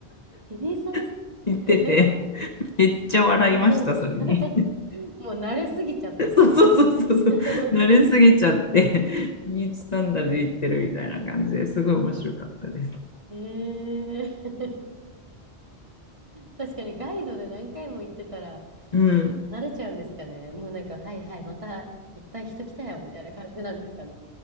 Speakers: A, on the right (about 30°); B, on the left (about 40°).
A: ビリーさん
B: <laughs> 行ってて、
A: <laughs>
B: めっちゃ笑いました、
A: すごい。
B: それに。
A: <laughs> もう慣れすぎちゃってます。
B: <laughs> そうそうそうそうそう、
A: <laughs>
B: 慣れすぎちゃって、ビーチサンダルで行ってるみたいな感じですごい面白かったです。
A: ええ、確かにガイドで何回も行ってたら
B: うん、
A: 慣れちゃうんですかね。もうなんか、はいはい、またいっぱい人来たよ、みたいな感じなんですかね。